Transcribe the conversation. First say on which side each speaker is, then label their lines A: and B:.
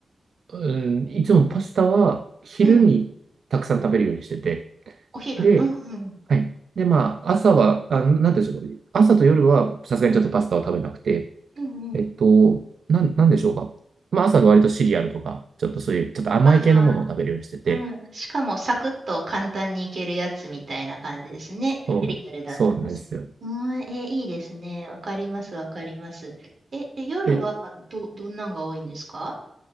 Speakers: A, on the right; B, on the right.
A: うん、いつもパスタは昼にたくさん食べるようにしてて、
B: うん。お昼。
A: で
B: うんうん。
A: はい。で、まあ、朝は、あ、なんていうんでしょうかね朝と夜はさすがにちょっとパスタは食べなくて、
B: うんうんうん。
A: えっと、なんなんでしょうか。まあ、朝は割とシリアルとか、ちょっとそういうちょっと甘い系のものを食べるようにしてて
B: あうん。しかもサクッと簡単にいけるやつみたいな感じですね。
A: そう、
B: フリアルだとね。
A: そうなんですよ。
B: うん、えー、いいですね。わかります、わかります。え、え夜はど、
A: え、
B: どんなんが多いんですか